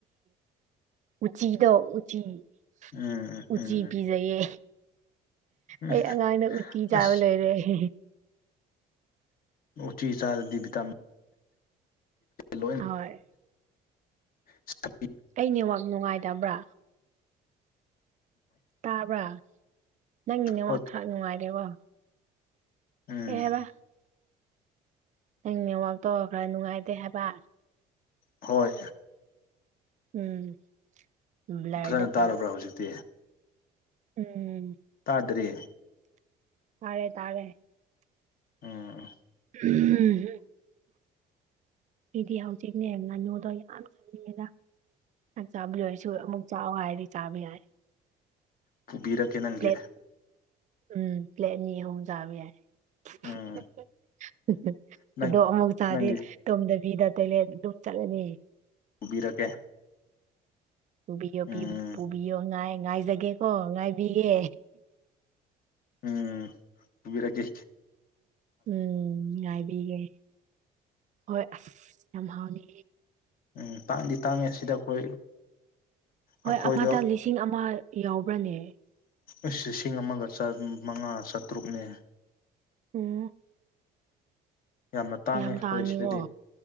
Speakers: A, on the right; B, on the left.
A: ꯎꯆꯤꯗ ꯎꯆꯤ ꯎ
B: ꯎꯝ ꯎꯝ ꯎꯝ
A: ꯎꯆꯤ
B: ꯎꯝ
A: ꯄꯤꯖꯩꯌꯦ
B: ꯎꯝ
A: ꯑꯩ ꯑꯉꯥꯡꯅ ꯎꯇꯤ ꯆꯥꯕ
B: ꯑꯁ
A: ꯂꯩꯣꯏꯔꯦ
B: ꯎꯆ ꯎꯆꯤ ꯆꯥꯗꯗꯤ ꯚꯤꯇꯥꯃꯤꯟ ꯂꯣꯏ
A: ꯍꯣꯏ
B: ꯁ
A: ꯀꯅꯦꯋꯥꯛ ꯅꯨꯡꯉꯥꯏꯗꯕ꯭ꯔꯥ ꯇꯥꯕ꯭ꯔꯥ ꯅꯪꯒꯤꯅꯦꯉ
B: ꯍꯣꯏ
A: ꯈꯔ ꯅꯨꯡꯉꯥꯏꯔꯦꯕꯣ
B: ꯎꯝ
A: ꯀꯩ ꯍꯥꯏꯕ ꯅꯪꯅꯦ ꯋꯥꯛ ꯇꯧꯔꯒ ꯈꯔ ꯅꯨꯡꯉꯥꯏꯇꯦ ꯍꯥꯏꯕ
B: ꯍꯣꯏ
A: ꯎꯝ ꯕ꯭ꯂꯔꯗ
B: ꯐꯖꯅ
A: ꯆꯠꯂꯤ
B: ꯇꯥꯔꯕ꯭ꯔꯥ ꯍꯧꯖꯤꯛꯇꯤ
A: ꯎꯝ
B: ꯇꯥꯗ꯭ꯔꯤꯌꯦ
A: ꯇꯥꯔꯦ ꯇꯥꯔꯦ
B: ꯎꯝ
A: ꯎꯝ ꯐꯗꯤ ꯍꯧꯖꯤꯛꯅꯦ ꯉꯥꯅꯨꯗꯣ ꯌꯥꯝ ꯆꯪꯅꯤꯡꯉꯤꯗ ꯑ ꯆꯥꯕ ꯂꯣꯏꯔꯁꯨ ꯑꯃꯨꯛ ꯆꯥꯎꯥꯛꯑꯣ ꯍꯥꯏꯔꯗꯤ ꯆꯥꯕ ꯌꯥꯏ
B: ꯄꯨꯕꯤꯔꯛꯀꯦ ꯅꯪꯒꯤ
A: ꯄ꯭ꯂꯦꯠ ꯎꯝ ꯄ꯭ꯂꯦꯠ ꯑꯅꯤ ꯑꯍꯨꯝ ꯆꯥꯕ ꯌꯥꯏ <unintelligible>
B: ꯎꯝ ꯅꯪ
A: ꯑꯗꯣ ꯑꯃꯨꯛ ꯆꯥꯗꯦ
B: ꯅꯪꯒꯤ
A: ꯇꯣꯝꯗꯕꯤꯗ ꯇꯣꯏꯂꯦꯠ ꯑꯗꯨꯝ ꯆꯠꯂꯅꯤ
B: ꯄꯨꯕꯤꯔꯛꯒꯦ
A: ꯄꯨꯕꯤꯌꯣ
B: ꯎꯝ
A: ꯄꯨꯕꯤꯌꯣ ꯉꯥꯏ ꯉꯥꯏꯖꯒꯦꯀꯣ ꯉꯥꯏꯕꯤꯒꯦ
B: ꯎꯝ ꯄꯨꯕꯤꯔꯛꯒꯦ
A: ꯎꯝ ꯉꯥꯏꯕꯤꯒꯦ ꯍꯣꯏ ꯑꯁ ꯌꯥꯝ ꯍꯥꯎꯅꯤ
B: ꯎꯝ ꯇꯥꯡꯗꯤ ꯇꯥꯡꯉꯦ ꯁꯤꯗ ꯑꯩꯈꯣꯏ
A: ꯍꯣꯏ
B: ꯑꯩꯈꯣꯏꯗ
A: ꯑꯃꯗ ꯂꯤꯁꯤꯡ ꯑꯃ ꯌꯥꯎꯕ꯭ꯔꯅꯦ
B: ꯑꯁ ꯂꯤꯁꯤꯡ ꯑꯃꯒ ꯆꯝꯃꯉꯥ ꯆꯥꯇ꯭ꯔꯨꯛꯅꯦ
A: ꯑꯣ
B: ꯌꯥꯝꯅ ꯇꯥꯡꯉꯦ
A: ꯌꯥꯝ
B: ꯑꯩꯈꯣꯏ
A: ꯇꯥꯡꯉꯤꯀꯣ
B: ꯁꯤꯗꯗꯤ